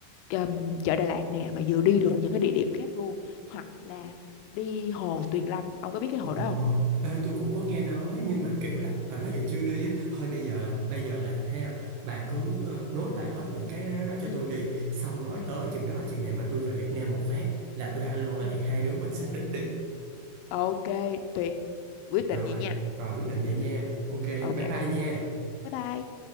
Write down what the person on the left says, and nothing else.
ừm, chợ Đà Lạt nè mà vừa đi được những cái địa điểm khác luôn hoặc là đi hồ Tuyền Lâm ông có biết cái
hồ đó không
ừ
ừ
ừ
ok tuyệt quyết
định vậy nha
ừ
ok
bye bye